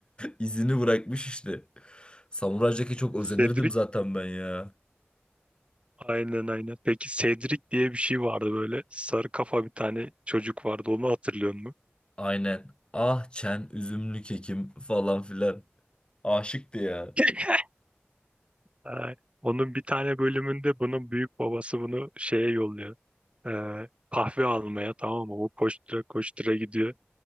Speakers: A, on the left; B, on the right.
A: İzini bırakmış işte. Samuray Jack'e çok özenirdim
B: Cedric
A: zaten ben ya.
B: Aynen aynen. Peki Cedric diye bir şey vardı böyle. Sarı kafa bir tane çocuk vardı. Onu hatırlıyor musun?
A: Aynen. Ah çen üzümlü kekim falan filan. Aşıktı ya.
B: <laughs> Ay, Onun bir tane bölümünde bunun büyük babası bunu şeye yolluyor. Ee, kahve almaya tamam mı? Bu koştura koştura gidiyor.